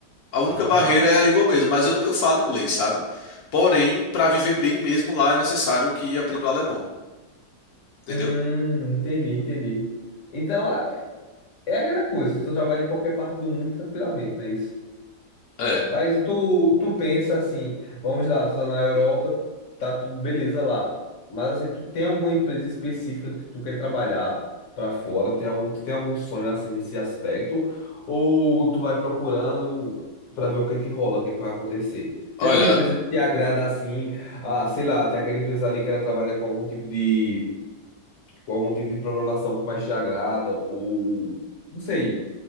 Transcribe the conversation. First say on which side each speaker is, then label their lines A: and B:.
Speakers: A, on the left; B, on the left.
A: A única
B: Aham.
A: barreira é a língua mesmo, mas eu, eu falo inglês, sabe? Porém, para viver bem mesmo lá é necessário que aprenda o alemão, entendeu?
B: Hum, entendi, entendi. Então, é é aquela coisa, tu trabalha em qualquer parte do mundo tranquilamente, não é isso?
A: É.
B: Mas tu, tu pensa assim, vamos lá, tu tá na Europa, tá tudo beleza lá. Mas assim, tu tem alguma empresa específica que tu quer trabalhar pra fora? Tem algum, tu tem algum sonho assim nesse aspecto? Ou tu vai procurando pra ver o que é que rola, o que é que vai acontecer? Tem
A: Olha,
B: alguma empresa que te agrada assim? Ah, sei lá, tem aquela empresa ali que ela trabalha com algum tipo de, com algum tipo de programação que mais te agrada? Ou não sei,